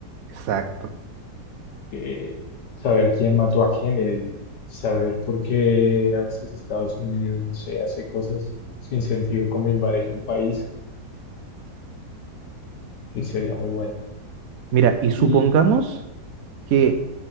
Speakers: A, on the right (about 60°); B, on the left (about 75°).
A: Exacto.
B: eh, saber quién mató a Kennedy, saber por qué a veces Estados Unidos, no sé, hace cosas sin sentido como invadir un país. Sí, sería muy bueno.
A: Mira, y supongamos
B: Y
A: que